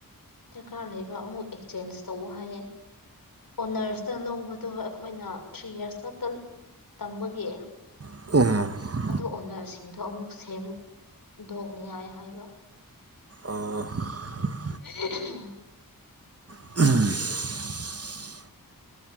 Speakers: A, on the left; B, on the right.
A: ꯗꯔꯀꯥꯔ ꯂꯩꯕ ꯑꯃꯨꯛ ꯑꯦꯛꯆꯦꯟꯖ ꯇꯧꯋꯣ ꯍꯥꯏꯌꯦ ꯑꯣꯅꯔꯁꯇ ꯂꯧꯕꯗꯨꯒ ꯑꯈꯣꯏꯅ ꯊ꯭ꯔꯤ ꯌꯔꯁ ꯈꯛꯇ ꯇꯝꯕꯒꯤ
B: <unintelligible>
A: ꯑꯗꯣ ꯑꯣꯅꯔꯁꯤꯡꯗꯣ ꯑꯃꯨꯛ ꯁꯦꯝꯗꯣꯛꯅꯤꯉꯥꯏ ꯍꯥꯏꯕ
B: ꯑꯣ <unintelligible>
A: <unintelligible>
B: <unintelligible>